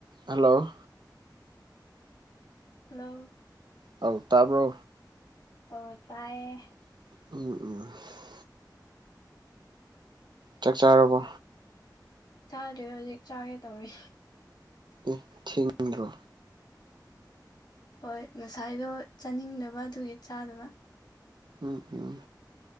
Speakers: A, on the right (about 80°); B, on the left (about 75°).
A: hello
B: hello
A: ꯑꯧ ꯇꯥꯕ꯭ꯔꯣ
B: ꯑꯣ ꯇꯥꯏꯌꯦ
A: <unintelligible> ꯆꯥꯛ ꯆꯥꯔꯕꯣ
B: ꯆꯥꯗ꯭ꯔꯦ ꯍꯧꯖꯤꯛ ꯆꯥꯒꯦ ꯇꯧꯔꯤ
A: ꯑꯦ ꯊꯦꯡꯗ꯭ꯔꯣ
B: ꯍꯣꯏ ꯉꯁꯥꯏꯗꯣ ꯆꯥꯅꯤꯡꯗꯕ ꯑꯗꯨꯒꯤ ꯆꯥꯗꯕ
A: ꯎꯝ ꯎꯝ